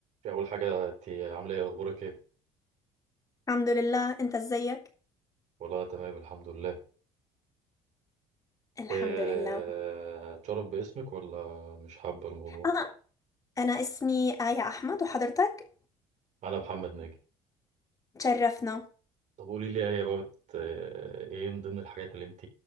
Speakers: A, on the right (about 60°); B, on the left (about 25°).
A: أول حاجة أنت عاملة إيه أخبارك إيه؟
B: الحمد لله انت ازيك
A: والله تمام الحمد لله
B: الحمد
A: إيه
B: لله
A: تشرف باسمك ولا مش حابة الموضوع؟
B: اه انا اسمي آية احمد وحضرتك
A: أنا محمد ناجي
B: تشرفنا
A: طب قولي لي إيه يا بابت آه، إيه من ضمن الحاجات اللي أنت